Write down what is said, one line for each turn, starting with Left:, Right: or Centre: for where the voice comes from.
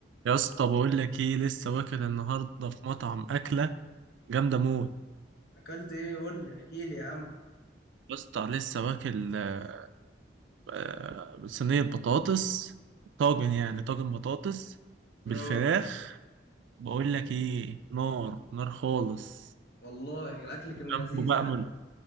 Right: يا اسطى بقول لك ايه لسه واكل النهارده في مطعم اكله جامده موت
Left: اكلت ايه قول لي احكي لي يا عم
Right: يا اسطى لسه واكل آه، آه، صينيه بطاطس طاجن يعني طاجن بطاطس بالفراخ
Left: اه
Right: بقول لك ايه نار نار خالص
Left: والله الاكل كان
Right: جنبه
Left: لذيذ
Right: بقى
Left: ها
Right: مل...